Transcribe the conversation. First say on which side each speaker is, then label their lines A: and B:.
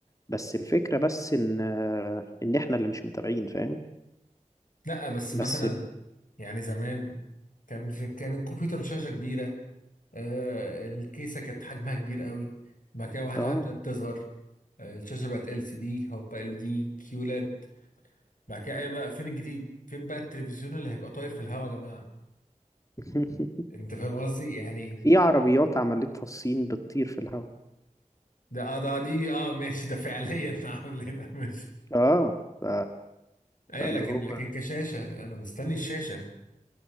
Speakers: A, on the left; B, on the left.
A: بس الفكرة بس ان آه، ان احنا اللي مش متابعين فاهم
B: لا بس
A: بس
B: مثلا يعني زمان كان في... كان الكمبيوتر بشاشة كبيرة آه الكيسة كانت حجمها كبير قوي بعد كده واحدة
A: اه
B: واحدة ابتدت تصغر آه الشاشة بقت ال سي دي هوبا ال دي كيولاد بعد كده ايه بقى فين الجديد فين بقى التلفزيون اللي هيبقى طاير في الهوا يا جماعة
A: <laughs>
B: انت فاهم قصدي يعني
A: في عربيات عملتها الصين بتطير في الهواء
B: ده اه ده دي اه ماشي ده فعليا <laughs> عاملينها ماشي
A: اه ف...
B: ايوه
A: فاللي
B: لكن
A: هو
B: لكن كشاشه انا مستني الشاشه